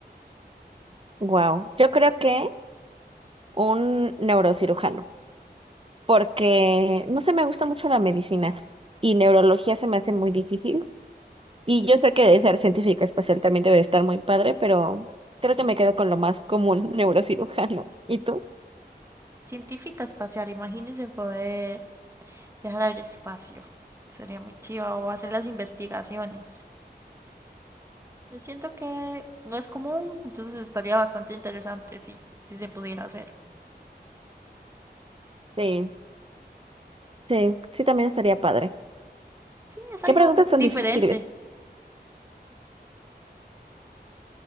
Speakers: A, on the right; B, on the right.
A: wow. Yo creo que un neurocirujano, porque no sé, me gusta mucho la medicina y neurología se me hace muy difícil. Y yo sé que de ser científica espacial también debe de estar muy padre, pero creo que me quedo con lo más común, <laughs> neurocirujano. ¿Y tú?
B: Científica espacial, imagínense poder viajar al espacio. Sería muy chiva o hacer las investigaciones. Yo siento que no es común, entonces estaría bastante interesante si, si se pudiera hacer.
A: Sí, sí, sí, también estaría padre.
B: Sí, es algo
A: ¿Qué preguntas tan
B: diferente.
A: difíciles?